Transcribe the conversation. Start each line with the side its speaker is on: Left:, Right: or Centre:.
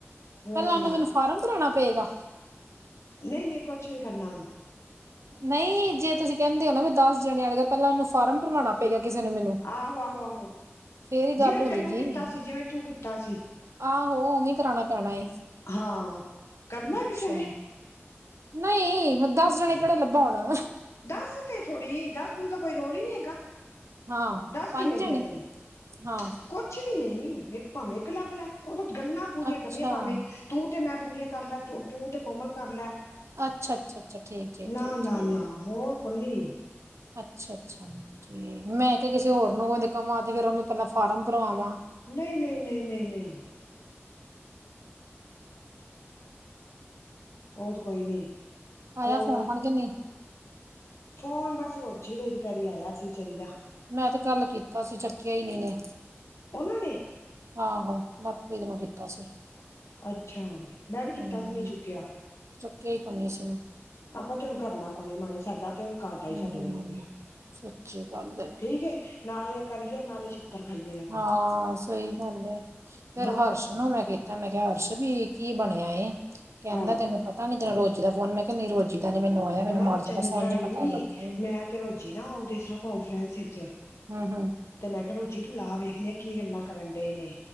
Left: ਹੋਰ
Right: ਪਹਿਲਾਂ
Left: ਸੁਣਾ
Right: ਉਹਨੂੰ ਮੈਨੂੰ ਫਾਰਮ ਭਰਾਉਣਾ ਪਏਗਾ?
Left: ਨਈ, ਨਈ ਕੁਛ ਨੀ ਕਰਨਾ ਹੁਣ।
Right: ਨਹੀਂ ਜੇ ਤੁਸੀਂ ਕਹਿੰਦੇ ਹੋ ਨਾ ਵੀ ਦੱਸ ਜਣੇ ਆਣੇਗਾ। ਪਹਿਲਾਂ ਉਹਨੂੰ ਫਾਰਮ ਭਰਮਾਉਣਾ ਪਏਗਾ। ਕਿਸੇ ਨੂੰ ਮੈਨੂੰ?
Left: ਆਹੋ, ਆਹੋ, ਆਹੋ
Right: ਫੇਰ ਹੀ
Left: ਜਿਵੇਂ
Right: ਗੱਲ ਹੁੰਦੀਗੀ
Left: ਤੈਨੂੰ ਕੀਤਾ ਸੀ। ਜਿਵੇਂ ਤੂੰ ਕੀਤਾ ਸੀ।
Right: ਆਹੋ ਉਵੀਂ ਕਰਾਣਾ ਪੈਣਾ ਏ।
Left: ਹਾਂ। ਕਰਨਾ
Right: ਅੱਛਾ
Left: ਕਿਸੇ ਨੇ
Right: ਨਹੀਂ ਦੱਸ ਜਣੇ ਕਿਹੜੇ ਲੱਭਾ ਹੁਣਾ
Left: ਦੱਸ ਤੇ ਥੋੜ੍ਹੀ ਦੱਸ ਦੂ ਦਾ ਕੋਈ ਰੋਲ ਹੀ ਨਹੀਂ ਹੈਗਾ।
Right: ਹਾਂ
Left: ਦੱਸ
Right: ਪੰਜ
Left: ਕਿੰਨੇ
Right: ਜਣੇ
Left: ਕਿਹਾ ਤੈਨੂੰ
Right: ਹਾਂ
Left: ਕੁਛ ਵੀ ਨਹੀਂ ਭਾਵੇਂ ਕ ਲੱਬ ਲੈ ਉਹ ਤਾਂ ਗੱਲਾਂ ਪੂਰੀਆਂ
Right: ਅੱਛਾ
Left: ਕਰਨੀਆਂ ਭਾਵੇਂ ਤੂੰ ਤੇ ਮੈਂ ਪੂਰੀਆਂ ਕਰ ਲੈ ਤ ਤੂੰ ਤੇ ਕੋਮਲ ਕਰ ਲੈ
Right: ਅੱਛਾ, ਅੱਛਾ, ਅੱਛਾ ਠੀਕ, ਠੀਕ,
Left: ਨਾ
Right: ਠੀਕ,
Left: ਨਾ
Right: ਠੀਕ
Left: ਨਾ ਹੋਰ ਕੋਈ
Right: ਅੱਛਾ-ਅੱਛਾ ਜੀ, ਮੈਂ ਕੇ ਕਿਸੇ ਹੋਰ ਨੂੰ ਕਮਾਂ, ਫਿਰ ਉਹਨੂੰ ਪਹਿਲਾਂ ਫਾਰਮ ਭਰਵਾਵਾਂ।
Left: ਨਈ, ਨਈ, ਨਈ, ਨਈ, ਨਈ ਓਹ ਤੇ ਕੋਈ ਨੀ।
Right: ਆਇਆ
Left: ਹੋਰ
Right: ਫੋਨ-ਫਾਣ ਕੇ ਨਈ।
Left: ਫੋਨ ਬਸ ਰੋਜੀ਼ ਦਾ ਦੁਪਹਿਰੀ ਆਇਆ ਸੀ‌, ਵਿਚਾਰੀ ਦਾ।
Right: ਮੈਂ ਤੇ ਕੱਲ ਕੀਤਾ ਸੀ, ਚੱਕਿਆ ਈ ਨਈ ਇਹਨੇ।
Left: ਓਨਾਂ ਨੇ
Right: ਆਹੋ ਨਵਪ੍ਰੀਤ ਨੂੰ ਕੀਤਾ ਸੀ।
Left: ਅੱਛਾ ਮੈਂ ਵੀ ਕੀਤਾ
Right: ਹਮ
Left: ਸੀ, ਨਈ ਚੁੱਕਿਆ।
Right: ਚੱਕਿਆ ਕੋਈ ਨੀ ਸੀ।
Left: ਆਪਾਂ ਤੇ ਹੁਣ ਕਰਨਾ ਕੋਣੀ ਮਾਣੀ ਸਾਡਾ। ਹੁਣ ਘਾਟ ਆਈ ਸਾਡੇ
Right: ਹਮ
Left: ਵੱਲੋਂ ਵੀ
Right: ਸੱਚੀ ਗੱਲ
Left: ਠੀਕ ਏ, ਨਾਲੇ ਕਰੀਏ ਨਾਲੇ ਛਿੱਤਰ ਖਾਈਏ। ਕੋਲੋਂ
Right: ਹਾਂ ਸਈ ਗੱਲ ਏ, ਫੇਰ
Left: ਹੋਰ
Right: ਹਰਸ਼ ਨੂੰ ਮੈਂ ਕੀਤਾ ਮੈਂ ਕਿਹਾ ਹਰਸ਼ ਵੀ ਕੀ ਬਣਿਆ ਏ, ਕਹਿੰਦਾ
Left: ਹਾਂ
Right: ਤੈਨੂੰ ਪਤਾ ਨੀ ਤੈਨੂੰ ਰੋਜੀ਼ ਦਾ ਫੋਨ ਮੈਂ ਕਿਹਾ ਨਹੀਂ ਰੋਜ਼ੀ ਦਾ ਨੀ ਮੈਨੂੰ ਆਇਆ ਮੈਨੂੰ
Left: ਬੜਾ
Right: ਮਾਨਸਾ
Left: ਚੰਦਰਾ
Right: ਦਾ ਉਂਝ
Left: ਈ,
Right: ਪਤਾ ਲੱਗਾ ਏ
Left: ਮੈਂ ਤੇ ਰੋਜੀ਼ ਨਾ ਉਹ ਦੇ ਸਾਂ ਕਨਫਰੰਸ ਸੀ ਚ
Right: ਹੂੰ, ਹੂੰ।
Left: ਤੇ ਮੈਂ ਕਿਹਾ ਰੋਜ਼ੀ ਤੂੰ ਲਾ ਵੇਖਦੇ ਆ, ਕੀ ਗੱਲਾਂ ਕਰਨ ਡਏ ਨੇ।